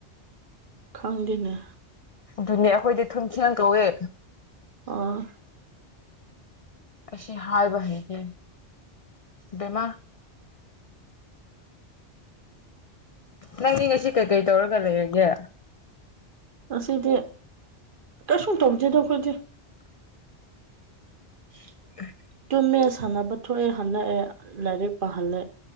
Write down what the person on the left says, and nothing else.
ꯗꯨꯅꯦ ꯑꯩꯈꯣꯏꯗꯤ ꯊꯨꯟꯈꯤꯌꯥꯟ ꯀꯧꯌꯦ꯫
ꯑꯁꯤ ꯍꯥꯏꯕ ꯍꯩꯇꯦ ꯕꯦꯃꯥ꯫ ꯅꯪꯗꯤ ꯉꯁꯤ ꯀꯩꯀꯩ ꯇꯧꯔꯒ ꯂꯩꯔꯒꯦ꯫
<unintelligible>